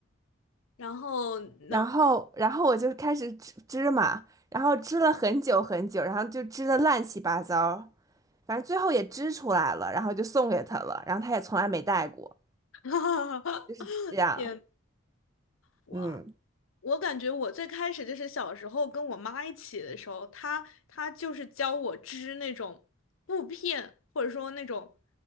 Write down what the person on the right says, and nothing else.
然后，然后我就开始织织嘛，然后织了很久很久，然后就织的乱七八糟，反正最后也织出来了，然后就送给他了，然后他也从来没戴过，
就是这样，
嗯，